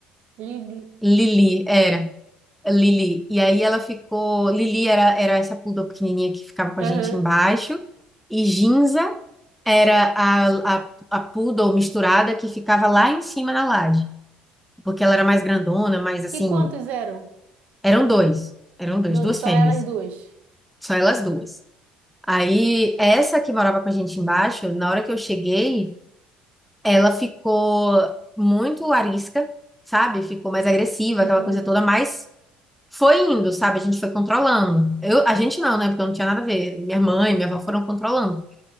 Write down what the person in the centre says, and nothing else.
Lili, era. É Lili. E aí ela ficou... Lili era, era essa poodle pequenininha que ficava com
a gente embaixo. E Ginza era a, a, a poodle misturada que ficava lá em cima na laje. porque ela era mais grandona, mas assim,
eram dois, eram dois,
duas
fêmeas,
só elas duas. Aí, essa que morava com a gente embaixo, na hora que eu cheguei, ela ficou muito arisca, sabe? Ficou mais agressiva,
aquela coisa toda, mas foi indo, sabe? A gente foi controlando. Eu, a gente não, né? Porque eu não tinha nada a ver. Minha mãe, minha avó foram controlando.